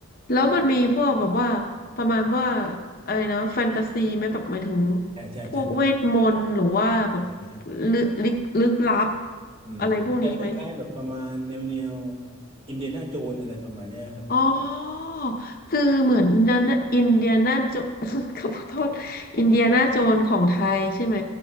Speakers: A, on the left (about 40°); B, on the right (about 25°).
A: แล้วมันมีพวกแบบว่าประมาณว่าอะไรนะแฟนตาซีไหมแบบหมายถึง
B: ใช่ใช่ใช่
A: พวกเวทมนต์หรือว่าแบบ
B: อะไรเงี้ย
A: ลึกลึกลึกลับ
B: อืมมันจะคล้ายๆแบบประมาณแนวแนว
A: อะไรพวกนี้ไหม
B: อินเดียนาโจนอะไรประมาณเนี้ยครับ
A: อ๋อคือเหมือนนันอินเดียนาโจ <laughs> ขอโทษอินเดียนาโจนของไทยใช่ไหม